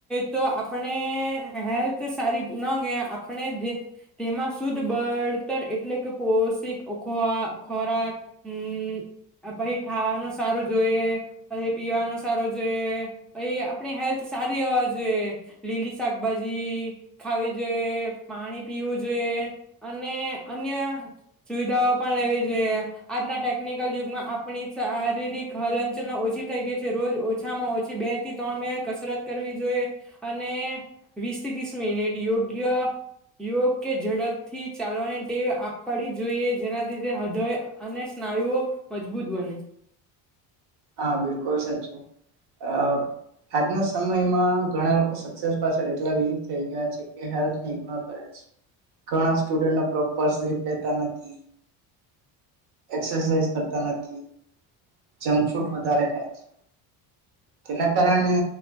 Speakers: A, in the centre; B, on the right.
A: તો આપણે હેલ્થ સારી ન આપણે તેમાં શુદ્ધ બળતર એટલે કે પોષિક ખોરાક. હમ્મ પછી ખાવાનું સારું જોઈએ, પછી પીવાનું સારું જોઈએ, પછી આપણી હેલ્થ સારી હોવા જોઈએ. લીલી શાકભાજી ખાવી જોએ, પાણી પીવું જોઈએ અને અન્ય સુવિધાઓ પણ લેવી કે આજના ટેક્ટ ટેકનિકલ યુગમાં આપણી શારીરિક હલનચલન ઓછી થઈ ગઈ છે. રોજ ઓછામાં ઓછી બે થી ત્રણ મિનિટ કસરત કરવી જોઈએ અને વીસ થી ત્રીસ મિનિટ યોગ્ય યોગ કે ઝડપ થી ચાલવાની ટેવ આપડી જોઈએ. જેના લીધે હૃદય અને સ્નાયુઓ મજબૂત બને.
B: હા બિલકુલ સાચું અ આજના સમયમાં ઘણા લોકો સક્સેસ પાછળ એટલા વિલીન થઈ ગયા છે કે હેલ્થ ઈગ્નોર કરે છે. ઘણા સ્ટુડન્ટ પ્રોપર સ્લીપ લેતા નથી. એક્સાઈઝ કરતા નથી, જંગ ફ્રૂટ વધારે ખાય છે. તેના કારણે